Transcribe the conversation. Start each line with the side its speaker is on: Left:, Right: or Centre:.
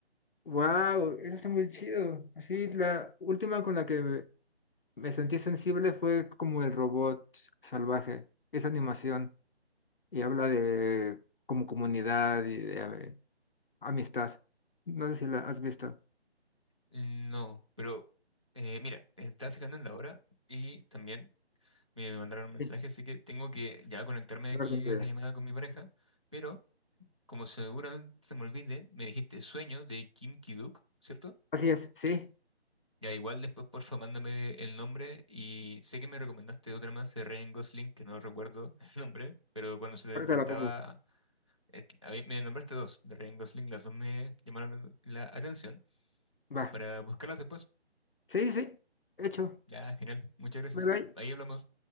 Left: Wow, eso está muy chido. Así, la última con la que me, me sentí sensible fue como el robot salvaje, esa animación, y habla de como comunidad y de eh, amistad. No sé si la has visto.
Right: No, pero eh, mira, estaba fijando en la hora y también... Me mandaron un mensaje,
Left: Sí,
Right: así que tengo que ya conectarme
Left: la
Right: de aquí
Left: verdad que no
Right: a la llamada con mi pareja. Pero, como seguramente se me olvide, me dijiste Sueño de Kim Ki-duk, ¿cierto?
Left: Así es, sí.
Right: Ya igual después porfa mándame el nombre y sé que me recomendaste otra más de Ryan Gosling, que no recuerdo <laughs> el nombre, pero cuando se te
Left: Ahorita
Right: enfrentaba,
Left: la pongo.
Right: est- a mí- me nombraste dos de Ryan Gosling, las dos me llamaron la atención
Left: Va.
Right: para buscarlas después.
Left: Sí, sí, hecho.
Right: Ya, genial, muchas gracias.
Left: Bye bye.
Right: Ahí hablamos.